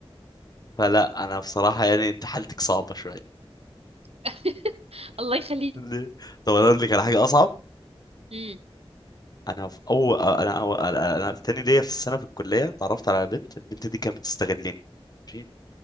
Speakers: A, on the left; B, on the right.
A: فلا انا بصراحة يعني انت حالتك صعبة شوية
B: <laughs> الله يخليك
A: ليه؟ طب انا اقول لك على حاجة اصعب
B: مم.
A: انا في اول انا أو... انا أنا في تاني ليا في السنه في الكليه اتعرفت على بنت البنت دي كانت بتستغلني ماشي